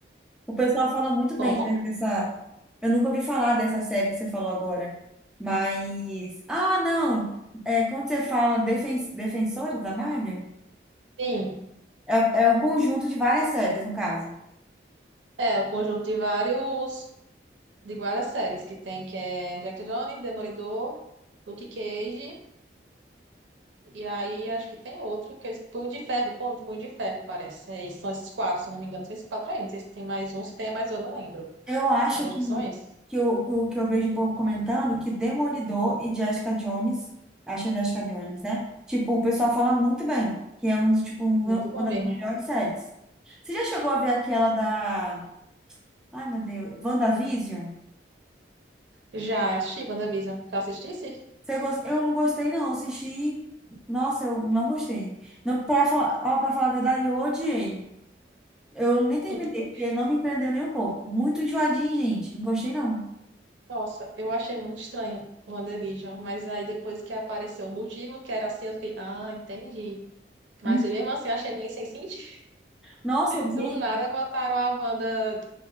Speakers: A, in the centre; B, on the right.
A: O pessoal fala muito
B: Como?
A: bem de- dessa. Eu nunca ouvi falar dessa série que você falou agora. Mas. Ah, não! É, quando você fala defen... Defensores da Marvel,
B: Sim.
A: é, é um conjunto de várias séries, no caso.
B: É, o conjunto de vários, de várias séries que tem, que é Jack Jones, Demolidor, Luke Cage, e aí acho que tem outro, que é esse Punho de Ferro, Punho, Punho de Ferro, parece. É, são esses quatro, se eu não me engano, são esses quatro ainda. Não sei se tem mais um, se tem mais um, eu não lembro.
A: Eu acho
B: Mas acho
A: que,
B: que são esses.
A: que, eu, que, eu, que eu vejo o povo comentando que Demolidor e Jessica Jones, acho que é Jessica Jones, né? Tipo, o pessoal fala muito bem, que é um, dos, tipo, um-
B: Muito
A: uma
B: bom
A: das
B: mesmo.
A: melhores séries. Você já chegou a ver aquela da. Ai, meu Deus. WandaVision?
B: Já assisti WandaVision. Já assistisse?
A: Você gos- Eu não gostei, não. Eu Assisti. Nossa, eu não gostei. Não, pra falar... ó, pra falar a verdade, eu odiei. Eu nem terminei,
B: <laughs>
A: porque não me prendeu nem um pouco. Muito enjoadinho, gente. Não gostei, não.
B: Nossa, eu achei muito estranho o WandaVision, mas aí depois que apareceu o motivo, que era assim, eu fiquei, ah, entendi. Mas
A: Hum.
B: eu mesmo assim achei meio sem sentido.
A: Nossa, gente.
B: Do nada botaram a Wanda